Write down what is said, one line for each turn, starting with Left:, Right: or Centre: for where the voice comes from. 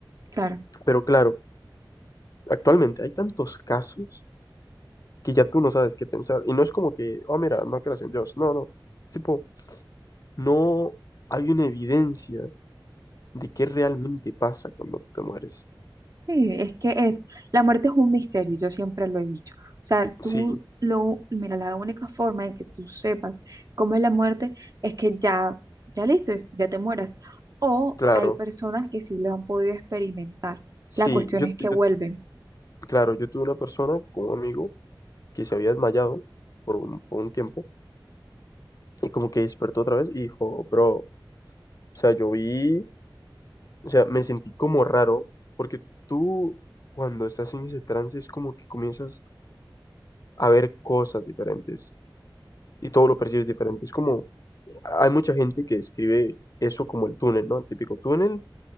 Right: claro.
Left: Pero claro, actualmente hay tantos casos que ya tú no sabes qué pensar. Y no es como que, oh, mira, no creas en Dios. No, no. Es tipo, no hay una evidencia de qué realmente pasa cuando tú te mueres.
Right: Sí, es que es, la muerte es un misterio, yo siempre lo he dicho. O sea,
Left: Sí,
Right: tú lo, mira, la única forma en que tú sepas cómo es la muerte es que ya, ya listo, ya te mueras. O
Left: claro.
Right: hay personas que sí lo han podido experimentar.
Left: Sí,
Right: La cuestión
Left: yo,
Right: es que vuelven,
Left: yo, claro, yo tuve una persona con un amigo que se había desmayado por un, por un tiempo y como que despertó otra vez y dijo, bro, o sea, yo vi O sea, me sentí como raro porque tú cuando estás en ese trance es como que comienzas a ver cosas diferentes y todo lo percibes diferente. Es como, hay mucha gente que escribe eso como el túnel, ¿no? El típico túnel,